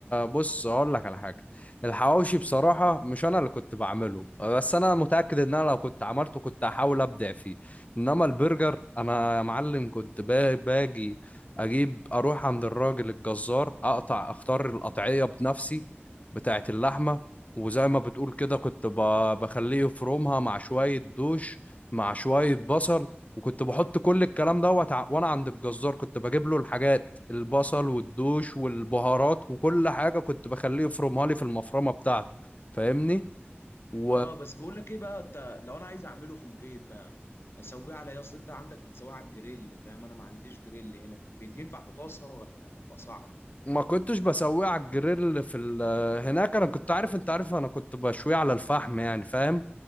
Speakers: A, on the left; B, on the left.
A: بص اقول لك على حاجه الحواوشي بصراحه مش انا اللي كنت بعمله بس انا متاكد ان انا لو كنت عملته كنت هحاول ابدع فيه انما البرجر انا يا معلم كنت با- باجي اجيب اروح عند الراجل الجزار اقطع اختار القطعيه بنفسي بتاعه اللحمه وزي ما بتقول كده كنت ب- بخليه يفرمها مع شويه دوش مع شويه بصل وكنت بحط كل الكلام دوت ع- وانا عند الجزار كنت بجيب له الحاجات البصل والدوش والبهارات وكل حاجة كنت بخليه يفرمها لي في المفرمة بتاعته فاهمني وما
B: اه بس بقول لك ايه بقى انت لو انا عايز اعمله في البيت بقى اسويه على ايه اصل انت عندك بتسويه على الجريل فاهم انا ما عنديش جريل هنا في البيت ينفع في طاسه ولا يبقى صعب
A: كنتش بسويه على الجريل في ال- هناك انا كنت عارف انت عارف انا كنت بشويه على الفحم يعني فاهم